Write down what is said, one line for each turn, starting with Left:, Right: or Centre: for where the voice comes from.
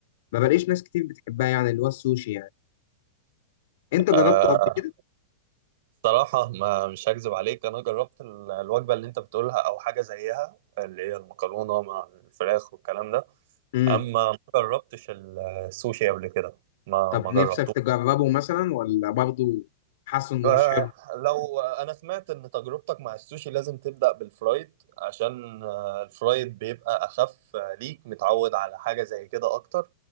Left: ما بلاقيش ناس كتير بتحبها يعني اللي هو السوشي يعني انت جربته
Right: آه
Left: قبل كده
Right: صراحة ما مش هكذب عليك انا جربت ال- الوجبة اللي انت بتقولها او حاجة زيها اللي هي المكرونة مع الفراخ والكلام ده
Left: امم
Right: اما ما جربتش السوشي قبل كده ما
Left: طب
Right: ما جربت
Left: نفسك تجربه مثلا ولا برضه حاسس انه
Right: آه،
Left: مش حلو
Right: لو انا سمعت ان تجربتك مع السوشي لازم تبدأ بالفرايد عشان آه، الفرايد بيبقى اخف آه، ليك متعود على حاجة زي كده اكتر